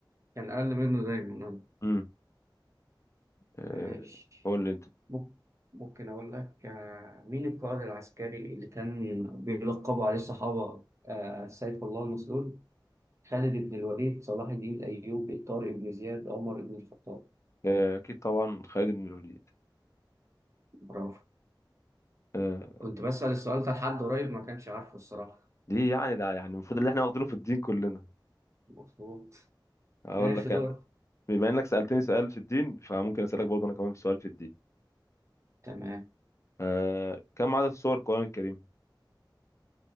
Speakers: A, on the right; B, on the left.
A: كان أقل منه دايما
B: امم آه
A: ماشي
B: قول لي انت
A: ممكن ممكن أقول لك آه، مين القائد العسكري اللي كان بيلقبوا عليه الصحابة آه، سيف الله المسلول خالد بن الوليد صلاح الدين الأيوبي طارق بن زياد عمر بن الخطاب
B: آه، اكيد طبعا خالد بن الوليد
A: برافو
B: آه
A: كنت بسأل السؤال ده لحد قريب ما كانش عارفه الصراحة
B: دي يعني ده يعني المفروض اللي احنا واخدينه في الدين كلنا
A: مظبوط
B: اقول
A: ماشي
B: لك
A: دور
B: انا بما انك سألتني سؤال في الدين فممكن اسألك برضه انا كمان في سؤال في الدين
A: تمام
B: آه كم عدد سور القرآن الكريم